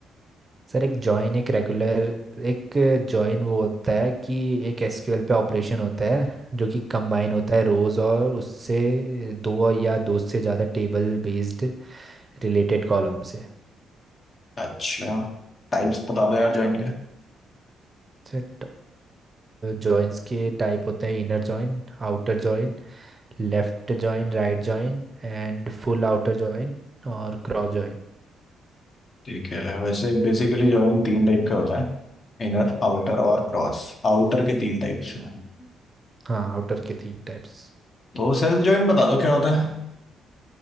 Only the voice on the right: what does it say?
सर एक जॉइन एक रेगुलर एक जॉइन वो होता है कि एक एसक्यूएल पे ऑपरेशन होता है जो कि कंबाइन होता है रोज और उससे दो या दो से ज़्यादा टेबल बेस्ड रिलेटेड कॉलम से
सर जॉइंस के टाइप होते हैं inner join outer join left join right join and full outer join और क्रॉस जॉइन
हाँ आउटर के तीन टाइप्स